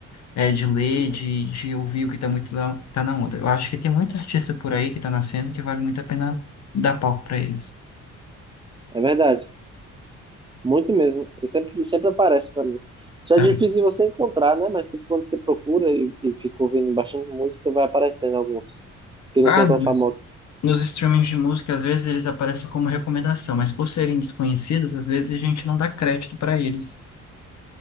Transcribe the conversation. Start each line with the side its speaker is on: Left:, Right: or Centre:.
Left: É, de ler, de, de ouvir o que tá muito lá tá na onda. Eu acho que tem muito artista por aí que tá nascendo que vale muito a pena dar palco pra eles.
Right: É verdade, muito mesmo. Eu sempre, sempre aparece para mim. Já
Left: É.
Right: é difícil você encontrar, né? Mas tipo, quando você procura e, e fica ouvindo baixando música, vai aparecendo alguns que não
Left: Ah,
Right: são
Left: nos
Right: tão famosos.
Left: nos streamings de música, às vezes eles aparecem como recomendação, mas por serem desconhecidos, às vezes a gente não dá crédito para eles.